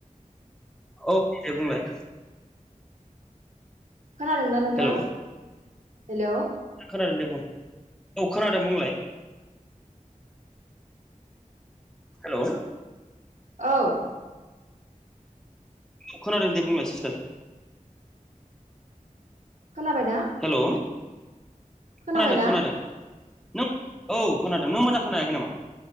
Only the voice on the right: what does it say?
खोनादोंना नोंथां
हेलौ ।
औव
खोनाबायना
खोनाबायना